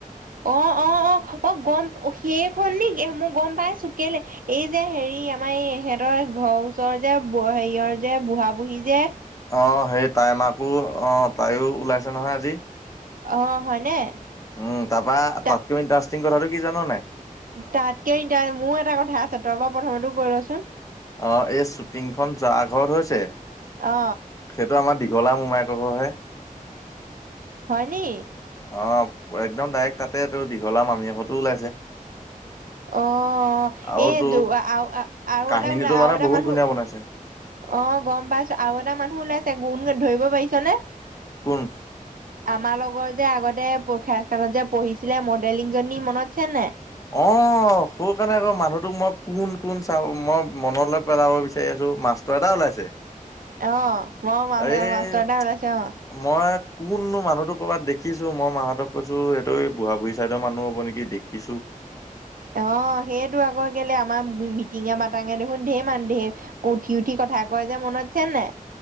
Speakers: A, on the right; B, on the left.
A: অ অ অ অ গম সেইখন নেকি মোক গম পাইছো কেলে এই যে হেৰি আমাৰ এই ইহঁতৰ ঘৰৰ ওচৰৰ যে হেৰিয়ৰ যে বুঢ়া বুঢ়ী যে
B: অ সেই তাই মাকো অ তাইও ওলাইছে নহয় আজি
A: অ হয়নে
B: উম তাৰপা
A: ত
B: তাতকৈও ইণ্টাৰেষ্টিং কথাটো কি জান নাই
A: তাতকে ইনটা মোৰ এটা কথা আছে তই বা প্ৰথমতে কৈ লচোন
B: অ এই শ্বুটিংখন যাৰ ঘৰত হৈছে
A: অ
B: সেইটো আমৰ দীঘলা মোমাইকৰ ঘৰহে
A: হয়‌ নি
B: অ একদম ডাইৰেক্ট তাতে তো দীঘলা মামিহঁতো ওলাইছে
A: অ
B: আৰু
A: এ
B: তোৰ
A: দু আ আৱ এটা আৰু
B: কাহিনীটো
A: এটা ওলা আৰু
B: মানে
A: এটা
B: বহুত
A: মানুহ
B: ধুনীয়া বনাইছে
A: অ গম পাইছো আৰু এটা মানুহ ওলাইছে গুণ ধৰিব পাৰিছানে
B: কোন
A: আমাৰ লগৰ যে আগতে পৰীক্ষাস্থানত যে পঢ়িছিলে মডেলিং জনী মনত আছে নে নাই
B: অ সৌ কাৰণে আকৌ মানুহটোক মই কোন কোন চাব মই মনলৈ পেলাব বিচাৰি আছো মাছ তই এটা ওলাইছে
A: অ হোৱাও মা
B: এই
A: মাষ্টৰ এটা ওলাইছে অ
B: মই কোননো মানুহতো ক'বাত দেখিছো মই মানুহতোক কৈছো এ এইটো বুঢা বুঢ়ী চাইদৰ মানুহ হ'ব নেকি দেখিছো।
A: অ' সেইটো আক কেলে আমাৰ মিটিঙে মাটাঙে দেখোন ঢেৰ মানুহ ঢেৰ উঠি উঠি কথা কয় যে মনত আছে নে নাই